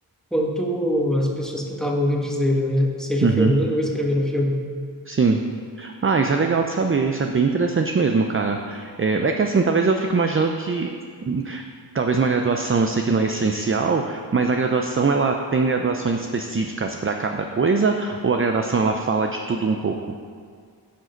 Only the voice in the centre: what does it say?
quanto as pessoas que estavam antes dele, né? Seja
filmando ou escrevendo o filme.